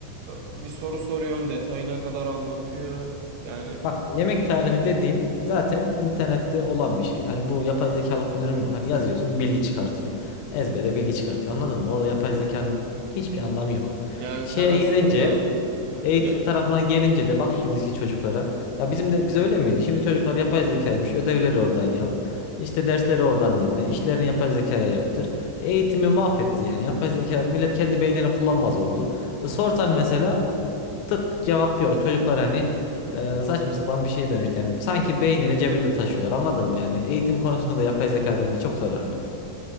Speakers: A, on the right; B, on the left.
A: bir soru soruyorsun, detayına kadar anlatıyor. Yani
B: Bak yemek tarifi dediğin zaten internette olan bir şey. Hani bu yapay zekalık bir durum yok. Hani yazıyorsun bilgi çıkartıyor. Ezbere bilgi çıkartıyor. Anladın mı? Orada yapay zekanın hiçbir anlamı yok.
A: yani
B: Şeye
A: sen aslında
B: gelince
A: e,
B: Eğitim
A: ya-
B: tarafına gelince de bak şimdiki çocuklara. Ya bizim de biz öyle miydik? Şimdi çocuklar yapay zekaymış. Ödevleri oradan yap. İşte dersleri oradan dinle. İşlerini yapay zekaya yaptır. Eğitimi mahvetti yani. Yapay zeka millet kendi beynini kullanmaz oldu. E, sorsan mesela tık cevap yok. Çocuklar hani e, saçma sapan bir şeye dönüştü. Yani sanki beynini cebinde taşıyorlar. Anladın mı yani? Eğitim konusunda da yapay zeka bence çok zararlı.